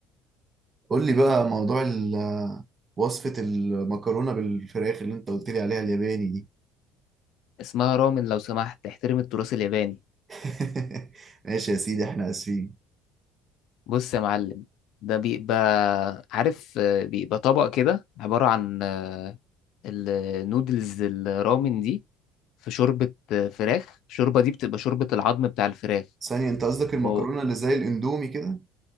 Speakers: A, on the right; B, on the left.
A: قول لي بقى موضوع ال- وصفه المكرونه بالفراخ اللي انت قلت لي عليها الياباني دي
B: اسمها رامن لو سمحت احترم التراث الياباني
A: <laughs> ماشي يا سيدي احنا اسفين
B: بص يا معلم ده بيبقى عارف آه، بيبقى طبق كده عبارة عن آه، النودلز الرامن دي في شوربة فراخ الشوربة دي بتبقى شوربة العظم بتاع الفراخ
A: ثانية انت قصدك المكرونة
B: أو
A: اللي زي الاندومي كده